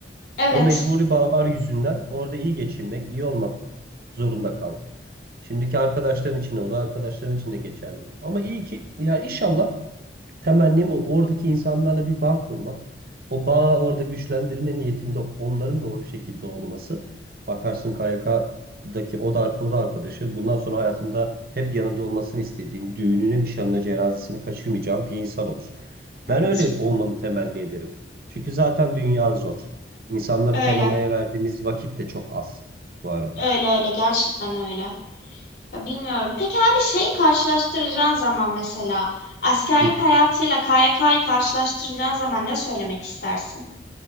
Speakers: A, on the left; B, on the right.
A: evet
B: O mecburi bağlar yüzünden orada iyi geçinmek, iyi olmak zorunda kaldık. Şimdiki arkadaşların içinde o da arkadaşların içinde geçerli bu. Ama iyi ki ya inşallah temennim o- oradaki insanlarla bir bağ kurmak. O bağı orada güçlendirme niyetinde onların da o şekilde olması. Bakarsın KYK'daki o da, o da arkadaşı bundan sonra hayatında hep yanında olmasını istediğin, düğününü, nişanına, cenazesini kaçırmayacağın bir insan olur.
A: evet
B: Ben öyle olmanı temenni ederim. Çünkü zaten dünya zor. İnsanları
A: öyle
B: tanımaya verdiğimiz vakit de çok az bu arada.
A: öyle öyle gerçekten öyle ya bilmiyorum peki abi şeyi karşılaştıracağın zaman mesela askerlik
B: Hı.
A: hayatıyla KYK'yı karşılaştıracağın zaman ne söylemek istersin?